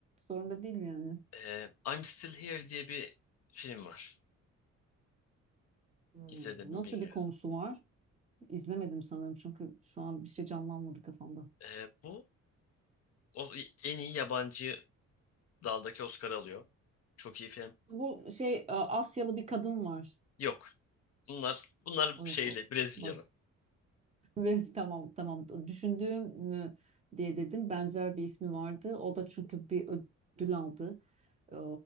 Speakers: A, on the right (about 25°); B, on the left (about 55°).
A: zorunda değil yani.
B: Eee, I'm Still Here diye bir film var.
A: Hmm,
B: İzledin mi
A: Nasıl
B: bilmiyorum.
A: bir konusu var? İzlemedim sanırım çünkü şu an bir şey canlanmadı kafamda.
B: Eee, bu o, en iyi yabancı daldaki Oscar alıyor. Çok iyi film.
A: Bu şey e, Asyalı bir kadın var.
B: Yok. Bunlar bunlar
A: O
B: şeyli
A: yok o.
B: Brezilyalı.
A: Baş. Ve tamam tamam düşündüğüm mü diye dedim. Benzer bir ismi vardı. O da çünkü bir ödül aldı. Ee,